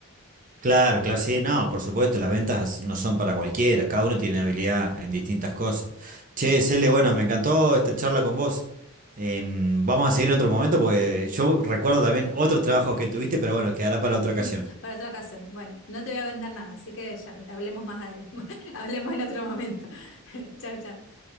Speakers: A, on the right (about 35°); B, on the left (about 60°).
A: Claro, claro, sí, no, por supuesto, las ventas no son para cualquiera, cada uno tiene habilidad en distintas cosas. Che, Cele, bueno, me encantó esta charla con vos. Em, vamos a seguir en otro momento porque yo recuerdo también otros trabajos que tuviste, pero bueno, quedará para otra
B: <laughs>
A: ocasión.
B: Para otra ocasión. Bueno, no te voy a vender nada, así que ya hablemos más, ade- <laughs> hablemos en otro momento. <laughs> Chau, chau.